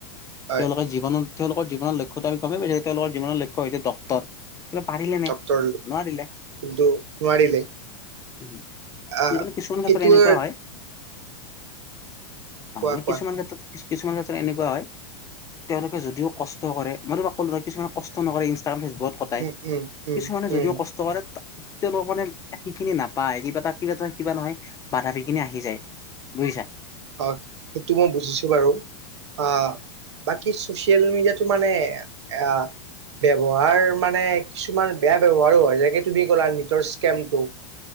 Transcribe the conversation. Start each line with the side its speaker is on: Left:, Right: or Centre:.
Right: হয়
Left: তেওঁলোকে জীৱনত তেওঁলোকৰ জীৱনৰ লক্ষ্যটো আমি গমেই পাইছো তেওঁলোকৰ জীৱনৰ লক্ষ্য হৈছে ডক্তৰ পাৰিলে নে
Right: ডক্তৰ
Left: নোৱাৰিলে
Right: কিন্তু নোৱাৰিলে
Left: উ
Right: আহ
Left: এই মানে কিছুমান
Right: সেইটোৱে
Left: ক্ষেত্ৰত এনেকোৱা হয়। অ
Right: কোৱা
Left: মানে
Right: কোৱা
Left: কিছুমান ক্ষেত্ৰত কিছুমান ক্ষেত্ৰত এনেকোৱা হয়। তেওঁলোকে যদিও কষ্ট কৰে মই কিছুমানে কষ্ট কৰে ইনষ্টাগ্ৰাম ফেচবুক বোৰত কটাই
Right: উম উম উম
Left: কিছুমানে
Right: উম
Left: যদিও কষ্ট কৰে তেওঁলোকক মানে সেইখিনি নাপায় কিবা এটা কিবা এটা কিবা নহয় বাধা খিনি আহি যায়। বুজিছা।
Right: অ সেইটো মই বুজিছো বাৰু আ বাকী। চচিয়েল মিডিয়াটো মানে আ। ব্যৱহাৰ মানে কিছুমান বেয়া ব্যৱহাৰো হয় যেনেকে তুমি ক'লা নিজৰ স্কেমটো।